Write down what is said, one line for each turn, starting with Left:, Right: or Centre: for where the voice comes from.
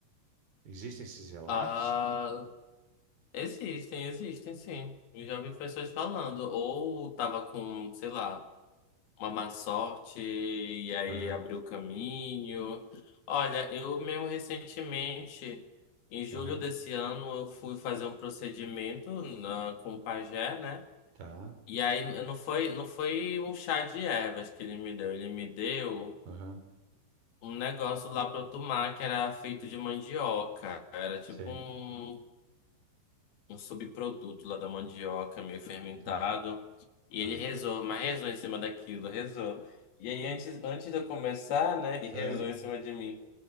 Right: Existem esses relatos?
Left: Ah, existem, existem sim. Eu já vi pessoas falando. Ou tava com, sei lá, uma má sorte e aí
Right: Aham.
Left: abriu o caminho. Olha, eu mesmo recentemente, em julho
Right: Aham,
Left: desse ano, eu fui fazer um procedimento na, com o pajé, né?
Right: tá,
Left: E aí n- não foi, não foi um chá de ervas que ele me deu. Ele me deu
Right: aham,
Left: um negócio lá pra eu tomar que era feito de mandioca. Era tipo
Right: sei,
Left: um. um subproduto lá da mandioca meio fermentado.
Right: tá,
Left: E
Right: tá,
Left: ele rezou, mas rezou em cima daquilo, rezou. E aí, antes, antes de eu começar, né? E rezou
Right: é,
Left: em cima de mim.